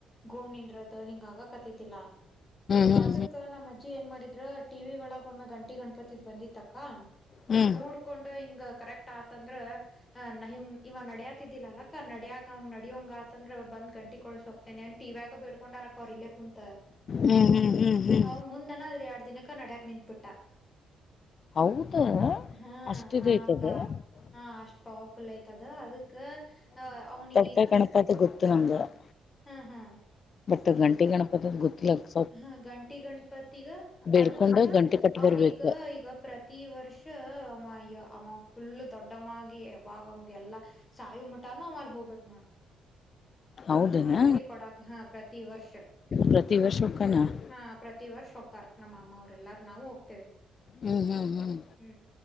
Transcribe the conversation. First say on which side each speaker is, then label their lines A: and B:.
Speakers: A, on the left; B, on the left.
A: ಗೋನ ನಿಂದರೋದ ಹಿಂಗ ಆಗಕತಿದ್ದಿಲ್ಲ. <inaudible>
B: ಹ್ಮ್
A: ಅದಕ್
B: ಹ್ಮ್ ಹ್ಮ್ ಹ್ಮ್ ಹ್ಮ್
A: ನಮ್ಮ ಅಜ್ಜಿ ಏನ್ ಮಾಡಿದ್ರ ಟಿವಿ ಒಳಗ ಒಮ್ಮೆ ಗಂಟಿ ಗಣಪತಿದ್ ಬಂದಿತ್ತ ಅಕ್ಕಾ <inaudible>
B: ಹೂ <inaudible>
A: ಕೊಂಡು ಹಿಂಗ ಕರೆಕ್ಟ್ ಆತಂದ್ರ ನಹಿಂ ಇವ ನಡಾಯತಿದ್ದಿಲ್ಲ ಅಕ್ಕ ನಡಿಯಾಕ <inaudible> ಅವ ನಡಿಯವಂಗ ಆತ ಅಂದ್ರ ಬಂದ್ ಗಂಟಿ ಕೊಡಿಸಿ ಹೋಗತನೆ ಅಂತ ಟಿವಿಯಾಗ ಬಿಡ್ಕೊಂಡಾರ ಅಕ್ಕ ಅವ್ರ ಇಲ್ಲ ಕುಂತ. <inaudible>
B: ಹು ಹು ಹು <inaudible>
A: ಅವ ಮುಂದನ ಅದರ ಎರಡ ದಿನಕ್ಕ ನಡಿಯಾಕ್ ನಿಂತ ಬಿಟ್ಟಾ. <inaudible>
B: ಹೌದ
A: ಹಾ
B: ಅಷ್ಟ ಇದು
A: ಹಾ
B: ಐತಿ
A: ಅಕ್ಕ
B: ಅಲ್ಲಿ. <inaudible>
A: ಹಾ ಅಷ್ಟ ಪವರರ್ಫುಲ್ ಅಯ್ತದ ಅದಕ್ಕ ಅವ್ನಿಗ ಈಗ
B: ಅದೇ
A: <inaudible>
B: ಗಣಪತಿ ಗೊತ್ತು ನಂಗೆ? <inaudible>
A: ಹ ಹಾ
B: ಬಟ್ ಗಂಟೆ ಗಣಪತದ ಗೊತ್ತಿಲ್ಲ ಅಕ್ಕ? <inaudible>
A: ಹಾ ಗಂಟಿ ಗಣಪತಿಗ
B: ಬೇಡ್ಕೊಂಡ
A: ಅದಕ್ಕ ಅಕ್ಕಾ
B: ಗಂಟೆ ಕಟ್ಟಿ
A: ಅವ್ನಿಗ
B: ಬರ್ಬೇಕ
A: ಈಗ ಪ್ರ <inaudible> ಪ್ರತಿ ವರ್ಷ ಅವ ಈಗ ಅಮ್ಮ ಫುಲ್ಲು ದೊಡ್ಡಮ ಆಗಿ ಯಾವಾಗ ಅವಂಗ ಎಲ್ಲಾ? <inaudible> ಸಾಯಿ ಮಟಾನು ಆವ ಅಲ್ಲಿ ಹೋಗಬೇಕ ನೋಡ. <inaudible>
B: ಹೌದನಾ
A: ಗಂಟಿ ಕೊಡಾಕ ಹ ಪ್ರತಿ ವರ್ಷ. <inaudible>
B: ಪ್ರತಿ ವರ್ಷ ಹೋಕ್ಕನಾ? <inaudible>
A: ಹಾ ಪ್ರತಿ ವರ್ಷ ಹೊಕ್ಕಾರ್ ನಮ್ಮ ಮಾಮ್ಮ ಅವ್ರೆಲ್ಲಾರು ನಾವು ಹೋಗ್ತೇವಿ. <inaudible>
B: ಹ್ಮ್ ಹ್ಮ್ ಹ್ಮ್
A: ಹೂ